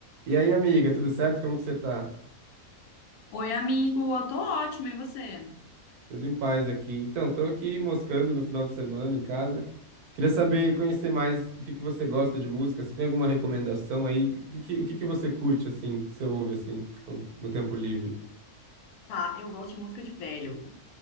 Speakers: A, on the right; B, on the left.
A: E aí, amiga, tudo certo? Como que você tá?
B: Oi, amigo, eu tô ótima, e você?
A: Tudo em paz aqui. Então, tô aqui moscando no final de semana em casa. Queria saber, conhecer mais o que que você gosta de música. Você tem alguma recomendação aí? O que que, o que que você curte, assim, que você ouve, assim, quando- no tempo livre?
B: Tá, eu gosto de música de velho.